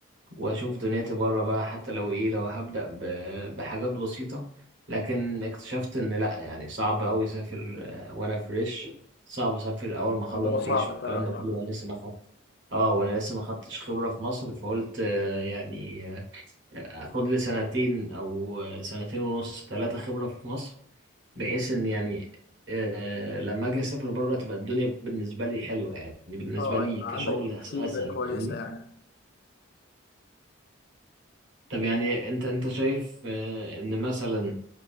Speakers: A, on the right; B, on the left.
A: واشوف دنيتي بره بقى حتى لو ايه لو هبدأ ب- بحاجات بسيطة لكن اكتشفت ان لا يعني صعب اوي اسافر آه، وانا فريش صعب اسافر اول ما اخلص
B: الموضوع صعب
A: جيش والكلام
B: فعلا
A: ده كله وانا لسه ما خدت اه وانا لسه ما خدتش خبرة في مصر فقلت آه، يعني آه، اخد لي سنتين او آه، سنتين ونص ثلاثة خبرة في مصر بحيث ان يعني آه، لما اجي اسافر بره تبقى الدنيا بالنسبة لي حلوة يعني بالنسبة
B: آه
A: لي
B: يبقى
A: كشغل
B: عندك
A: أس-
B: فيدباك
A: اسهل
B: كويسة
A: فاهمني
B: يعني
A: طب يعني انت انت شايف آه، ان مثلا